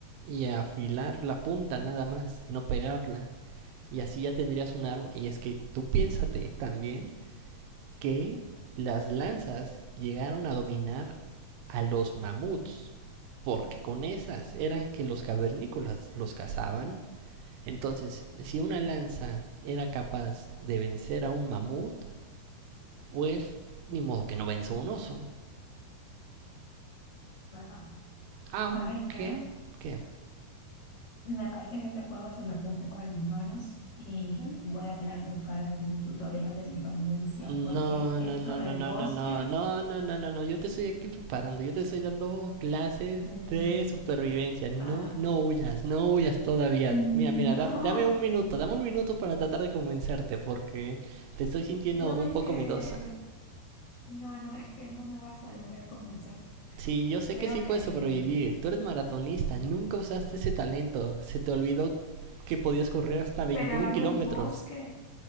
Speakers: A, on the right; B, on the left.
A: y afilar la punta nada más, no pegarla. Y así ya tendrías un arma. Y es que tú piénsate también que las lanzas llegaron a dominar a los mamuts. Porque con esas eran que los cavernícolas los cazaban. Entonces, si una lanza era capaz de vencer a un mamut, pues ni modo que no venza a un oso.
B: ¿verdad?
A: Aunque,
B: ¿Sabes qué?
A: ¿qué?
B: Me parece que este juego se me fue un poco de mis manos y voy a tener que buscar algún tutorial de supervivencia
A: No,
B: porque esto
A: no, no,
B: del
A: no, no,
B: bosque,
A: no, no, no, no, no, no, no, yo te estoy aquí preparando, yo te estoy dando clases
B: mm,
A: de supervivencia, no,
B: ah,
A: no huyas, no huyas todavía.
B: no,
A: Mira, mira, da- dame un minuto, dame un minuto para tratar de convencerte, porque te estoy sintiendo
B: no
A: un
B: es
A: poco
B: que,
A: miedosa.
B: no, no, es que no me vas a lograr convencer.
A: Sí, yo sé
B: Creo
A: que sí
B: que,
A: puedes sobrevivir,
B: mm,
A: tú eres maratonista, nunca usaste ese talento, se te olvidó que podías correr hasta 21
B: pero en
A: kilómetros.
B: un bosque,